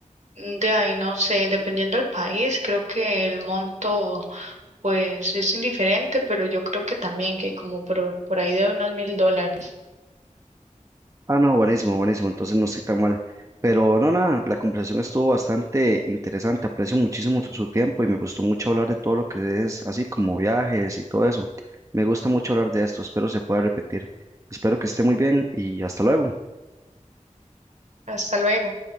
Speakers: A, on the right; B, on the right.
A: de ahí, no sé, dependiendo del país, creo que el monto pues es indiferente, pero yo creo que también que como por, por ahí de unos mil dólares.
B: Ah, no, buenísimo, buenísimo. Entonces no estoy tan mal. Pero no, nada, la conversación estuvo bastante interesante. Aprecio muchísimo su su tiempo y me gustó mucho hablar de todo lo que es así como viajes y todo eso. Me gusta mucho hablar de esto. Espero se pueda repetir. Espero que esté muy bien y hasta luego.
A: Hasta luego.